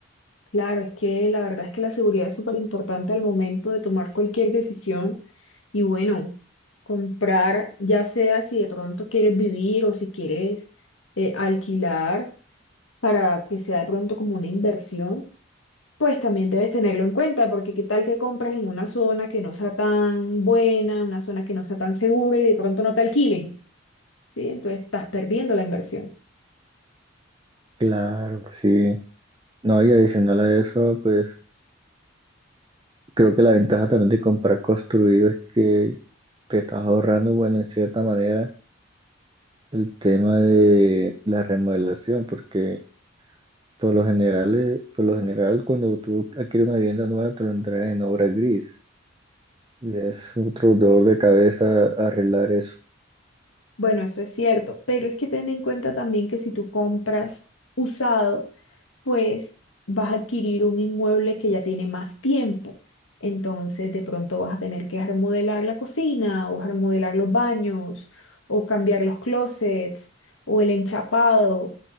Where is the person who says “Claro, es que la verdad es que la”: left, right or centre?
Left